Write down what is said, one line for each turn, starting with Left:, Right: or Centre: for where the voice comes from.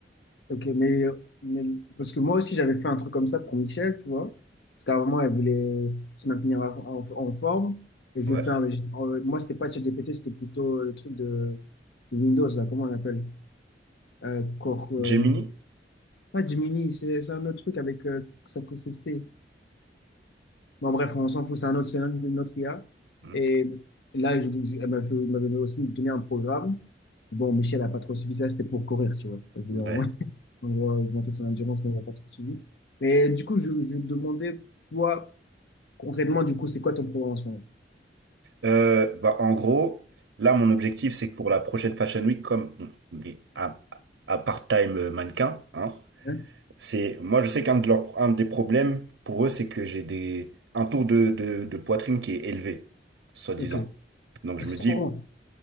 Left: ok, mais, mais parce que moi aussi j'avais fait un truc comme ça pour Michel, tu vois, parce qu'à un moment elle voulait se maintenir en, en- en forme et je
Right: Ouais.
Left: vais faire le, euh, moi c'était pas ChatGPT, c'était plutôt le truc de, de Windows là, comment on l'appelle? Euh, Core, euh,
Right: Gemini?
Left: pas Gemini, c'est c'est un autre truc avec euh, ça que c'est. Bon, bref, on s'en fout, c'est un autre, c'est une autre IA.
Right: Hmm.
Left: Et là, je- elle m'avait fait- elle m'avait aussi donné un programme. Bon, Michel n'a pas trop suivi ça, c'était pour courir, tu vois. Elle voulait
Right: Ouais.
Left: en, <laughs> en gros augmenter son endurance, mais elle n'a pas trop suivi. Mais du coup, je, je vais te demander, toi, concrètement, du coup, c'est quoi ton programme en ce moment?
Right: Euh, bah, en gros, là, mon objectif, c'est que pour la prochaine Fashion Week, comme bon, mais à, à part-time euh, mannequin, hein,
Left: Hein
Right: c'est moi, je sais qu'un de leurs, un des problèmes pour eux, c'est que j'ai des un tour de, de, de poitrine qui est élevé, soi-disant.
Left: Ok.
Right: Donc je
Left: Ah, c'est
Right: me
Left: trop
Right: dis,
Left: grand.